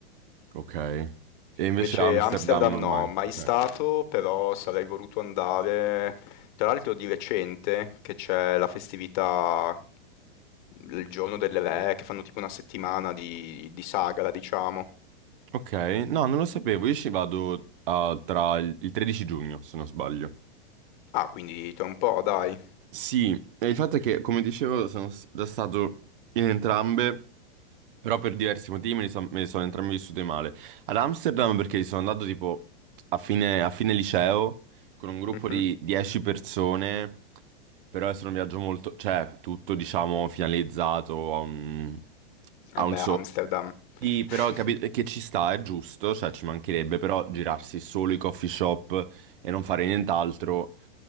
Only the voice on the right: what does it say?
ok, E invece
Amsterdam
mai.
ok.
Ok, no, non lo sapevo, io ci vado ah, tra il il 13 giugno, se non sbaglio.
Sì, e il fatto è che, come dicevo, sono s- stato in entrambe, però per diversi motivi me ne son- me le sono entrambe vissute male. Ad Amsterdam perché sono andato tipo a fine, a fine liceo con un gruppo
di 10 persone, però è stato un viaggio molto, cioè tutto diciamo finalizzato a un, a
un
so...
Sì, però
capito che ci sta, è giusto, cioè ci mancherebbe, però girarsi solo i coffee shop e non fare nient'altro...